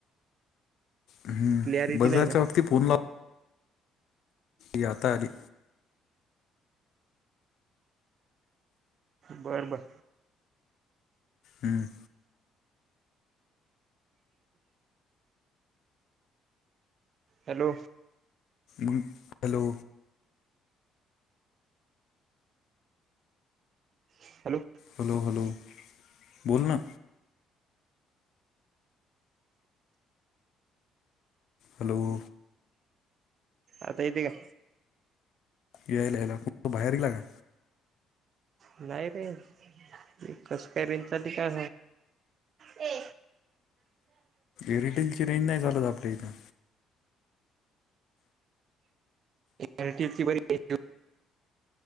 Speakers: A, on the left; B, on the right.
A: हम्म
B: क्लॅरिटी
A: बजारच्या
B: नाही का
A: बाबती फोन ला याताारी
B: बरं बरं
A: हम्म
B: हॅलो
A: म हॅलो
B: हॅलो
A: हॅलो हॅलो बोल ना हॅलो
B: आता इ का
A: यायला याला त बाहेर गेला का
B: नाही रे कसं काय रेन चाल काय ह
A: एरिटेल ची रेंज नाही चालत आपल्या इथं
B: रटीएल ची बरी